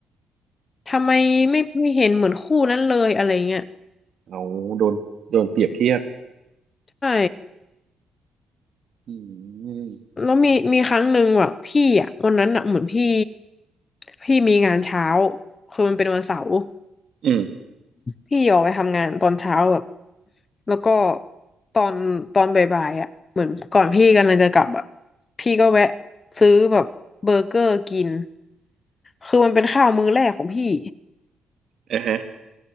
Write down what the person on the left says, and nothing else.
ทำไมไม่ไม่เห็นเหมือนคู่นั้นเลยอะไรเงี้ย
ใช่
แล้วมีมีครั้งหนึ่งแบบพี่อะวันนั้นอะเหมือนพี่พี่มีงานเช้าคือมันเป็นวันเสาร์
พี่ออกไปทำงานตอนเช้าแบบแล้วก็ตอนตอนบ่ายๆอ่ะเหมือนก่อนพี่กำลังจะกลับอ่ะพี่ก็แวะซื้อแบบเบอร์เกอร์กินคือมันเป็นข้าวมื้อแรกของพี่